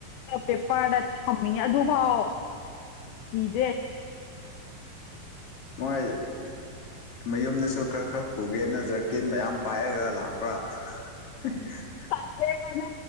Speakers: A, on the left; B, on the left.
A: ꯄꯦꯄꯔꯗ ꯊꯝꯃꯤꯅꯦ ꯑꯗꯨꯐꯥꯎ ꯀꯤꯗ꯭ꯔꯦ
B: ꯃꯣꯏ ꯃꯌꯨꯝꯗꯁꯨ ꯈꯔ ꯈꯔ ꯄꯨꯒꯦꯅ ꯖꯔꯀꯤꯟ ꯃꯌꯥꯝ ꯄꯥꯏꯔꯒ ꯂꯥꯛꯄ꯭ꯔꯥ <unintelligible>
A: ꯁꯥꯇꯦ ꯀꯅ